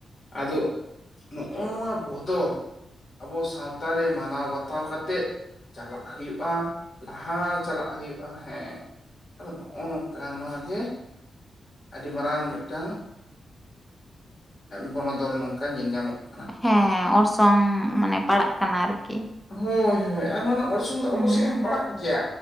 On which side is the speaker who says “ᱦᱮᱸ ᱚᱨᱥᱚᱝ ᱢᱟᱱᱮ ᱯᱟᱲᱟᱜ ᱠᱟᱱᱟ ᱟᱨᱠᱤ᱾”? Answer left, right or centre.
Centre